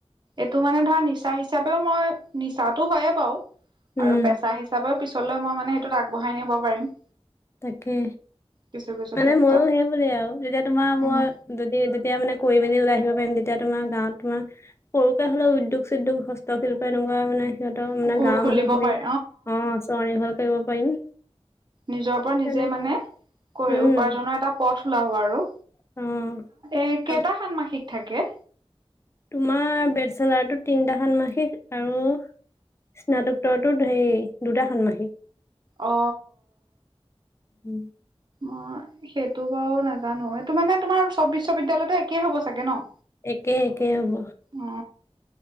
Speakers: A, on the right; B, on the left.
A: এইটো মানে ধৰা নিচা হিচাপেও মই, নিচাটো হয়য়ে বাৰু।
B: উম,
A: আৰু পেছা হিচাপেও পিছলৈ মই মানে সেইটোত আগবঢ়াই নিব পাৰিম
B: তাকে।
A: কিছু কিছু
B: মানে
A: ক্ষেত্ৰত
B: মইয়ো সেই বোলে আও। যেতিয়া তোমাৰ মই
A: উম
B: যদি তেতিয়া মানে কৰি মেলি ওলাই আহিব পাৰিম, তে তেতিয়া তোমাৰ গাঁৱত তোমাৰ সৰুকে হলে উদ্যোগ চদ্যোগ হস্তশিল্প এনেকুৱা মানে সিহঁতৰ
A: কুকুৰ
B: মানে গাঁৱৰ
A: খুলিব
B: মানুহ খিনিক
A: পাৰি
B: অ চনিৰ্ভৰ কৰিব পাৰিম।
A: নিজৰ ওপৰত নিজে
B: তেনেকে
A: মানে
B: উম।
A: উপাৰ্জনৰ এটা পথ ওলাব আৰু।
B: অ',
A: এ কেইটা
B: আৰু
A: ষান্মাসিক গ থাকে।
B: তোমাৰ বেচেলাৰটো তিনিটা ষান্মাসিক আৰু স্নাতকোত্তৰটোত হেই দুটা ষান্মাসিক।
A: অ।
B: উম।
A: অ সেইটো বাৰু নাজানো। এইটো মানে তোমাৰ চব বিশ্ববিদ্যালয়তে একেই হ'ব চাগে ন?
B: একে-একে হব।
A: অ